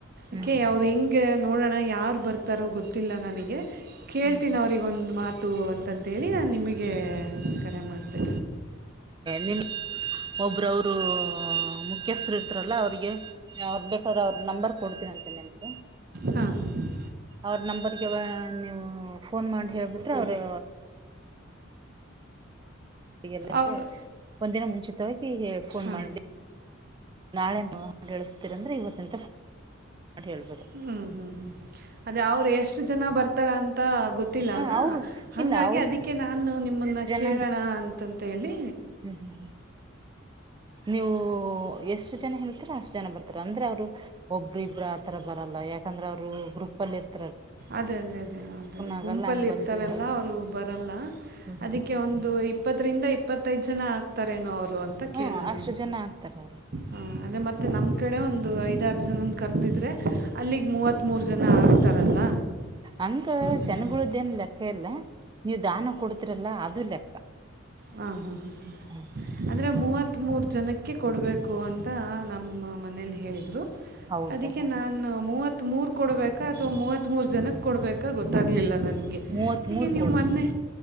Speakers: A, on the right; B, on the right.
A: ಹ್ಮ್
B: ಅಕೇ ಅವ್್ರ ಹೆಂಗ್ ಗೆ ನೋಡೋಣ ಯಾರು ಬರ್ತಾರೋ ಗೊತ್ತಿಲ್ಲ ನನಗೆ ಕೇಳ್ತೀನಿ
A: ಹ್ಮ್ ಹ್ಮ್
B: ಅವ್ರಗೊಂದು ಮಾತ ತ ಅಂತ ಅಂತೇಳಿ ನಾನು ನಿಮಗೆ ಕರೆ ಮಾಡಿದೆ
A: ನಿನ್ನ ಒಬರುವರು ಮುಖ್ಯಸ್ಥರು ಇರ್ತಾರಲ್ಲ ಅವ್ರಿಗೆ ಅವ್ರು ಬೇಕಾದ್ರೆ ಅವ್ರ ನಂಬರ್ ಕೊಡ್ತೀನಿ ಅಂತೆ ನಿಮಗೆ
B: ಹಾಂ ಹಾಂ
A: ಅವ್ರ ನಂಬರ್ಗೆ ನೀವು ಫೋನ್ ಮಾಡಿ ಹೇಳೇಿಬಿಟ್ರೆ ಅವರು ಈಗೆಲ್ಲಗೆ
B: ಅವ್ರು
A: ಒಂದ್ಿನ ಮುಂಚೆಿತ ಹ ಹಫೋನ್
B: ಹಾಂ
A: ಮಾಡಲಿ ನಾಳೆಸ್ತೀರಂದ್ರೆ ಇವತ್ತಂತ ಹೇಳ್ಬೋ
B: ಹ್ಮ್ ಹ್ಮ್ ಹ್ಮ್ ಅದೇ ಅವ್ರ ಎಷ್ಟು ಜನ ಬರ್ತಾರ ಅಂತ ಗೊತ್ತಿಲ್ಲ
A: ಹ
B: ಅಲ್ಲ
A: ಅವರು
B: ಹಾಗಿ
A: ಇಲ್ಲ ಅವರು
B: ಅದಕ್ಕೆ ನಾನು ನಿಮ್ಮನ್ನ
A: ಜನ
B: ಕೇಳೋಣ ಅಂತ ಅಂತ ಹೇಳಿ
A: ಹ್ಮ್ ಹ್ಮ್ ಹ್ಮ್ ನೀವು ಎಷ್ಟು ಜನ ಹೇಳ್ತಾರೆ ಅಷ್ಟು ಜನ ಬರ್ತಾರೆ ಅಂದ್ರೆ ಅವ್ರು ಒಬ್ಬ್ರ ಇಬ್್ರ ಆತರ ಬರಲ್ಲ ಯಾಕಂದ್ರೆ ಅವರು ಗ್ರೂಪ್ ಅಲ್ಲಿ ಇರ್ತ
B: ಅದೇ ಅದೇ ಅದೇ ಅದೇ
A: ಆಗಲ್ಲ
B: ಗುಂಪಲ್ಲಿ
A: ಹಂಗ್
B: ಇರ್ತಾರಲ್ಲ
A: ಬಂದು ಹೇಳ
B: ಅವರು ಬರಲ್ಲ
A: ಹ್ಮ್
B: ಅದಕ್ಕೆ ಒಂದು ಇಪ್ಪತ್ತರಿಂದ ಇಪ್ಪತ್ತು ಮತ್ತೈ್ ಜನ ಆಗ್ತಾರೆೇನೋರು ಅಂತ
A: ಹ್ಮ್
B: ಕೇಳೋಣ
A: ಅಷ್ಟು ಜನ ಆಗ್ತಾರ ಅವರು
B: ಹ ಅದೇ ಮತ್ತೆ ನಮ ಕಡೆ ಒಂದು ಐದಾರ ಜನಂದ ಕರ್ತಿದ್ರೆ ಅಲ್ಲಿಗ್ ಮೂವತ್ತ್ ಮೂರು ಜನ ಆಗ್ತಾರಲ್ಲ
A: ಅಕ
B: ಜನ
A: ಜನಗಳದೇನ್ ಲೆಕ್ಕ ಇಲ್ಲ ನೀವು ದಾನ ಕೊಡ್ತಿರಲ್ಲ ಅದು ಲೆಕ್ಕ
B: ಹಾ ಹಾ ಹಾ ಹಾ
A: ಹ್ಮ
B: ಅಂದ್ರರೆ ಮೂವತ್ತ್ ಮೂರು ಜನಕ್ಕೆ ಕೊಡಬೇಕು ಅಂತ ನಮ್ಮ ಮನೇಲಿ ಹೇಳರು
A: ಹೌದಾ
B: ಅದಕ್ಕೆ
A: ಹ
B: ನಾನು ಮೂವತ್ ಮೂರ್ ಕೊಡ್ಬೇಕ ಅಥವಾ ಮೂವತ್ ತ್ ಮೂರ್ ಜನಕ್ಕೆ ಕೊಡ್ಬೇಕ ಗೊತ್ತಾಗ್ಲಿಲ್ಲ ನನ್ಗೆ ಹಗೆ
A: ಮೂವತ್
B: ಹೀಗೆ
A: ಮೂರ್
B: ನೀವು್
A: ಕೊಡ್ಬೇಕು
B: ಮೊನ್ನೆ